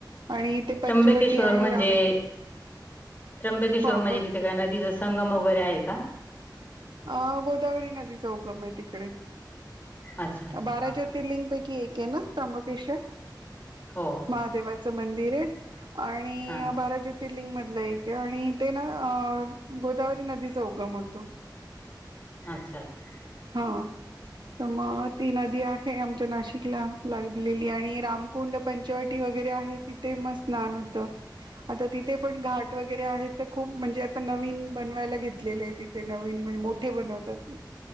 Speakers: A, on the right; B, on the left.
A: आणि ते पंचवटी
B: त्र्यंबकेश्वर
A: आहे
B: म्हणजे,
A: राम
B: त्र्यंबकेश्वर
A: हा
B: म्हणजे
A: ब
B: तिथे का नदीच संगम वगैरे आहे का?
A: अ गोदावरी नदीचा उगम आहे तिकडे.
B: अच्छा अच्छा
A: बारा
B: हा
A: ज्योतिर्लिंग
B: हा
A: पैकी एक आहे ना, त्रंबकेश्वर.
B: हो हो.
A: महादेवाच मंदिर आहे. आणि
B: हा
A: बारा ज तिर्लिंग मधला एक आहे आणि ते ना अ गोदावरी नदीचा उगम होतो.
B: अच्छा अच्छा.
A: हा तर मग ती नदी आहे. आमच्या नाशिकला लागलेली आणि राम कुंड पंचवटी वगैरे आहे. तिथे मग स्नान होतं. आता तिथे पण घाट वगैरे आहे. तर खूप म्हणजे आता नवीन बनवायला घेतलेले आहे तिथ ते नवीन म्हणजे मोठे बनवतात ते.